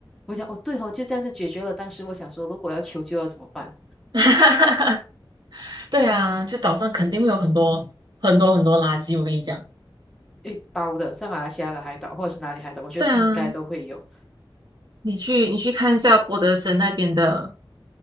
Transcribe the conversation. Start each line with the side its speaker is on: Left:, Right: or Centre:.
Centre: 我想，哦，对哦，就这样子解决了。当时我想说，如果要求救要怎么办？
Right: <laughs> 对啊，就岛上肯定会有很多很多很多垃圾，我跟你讲，
Centre: 一包的，在马来西亚的海岛或者是哪里海岛，我觉得应该都会有。
Right: 对啊，你去你去看一下博德森那边的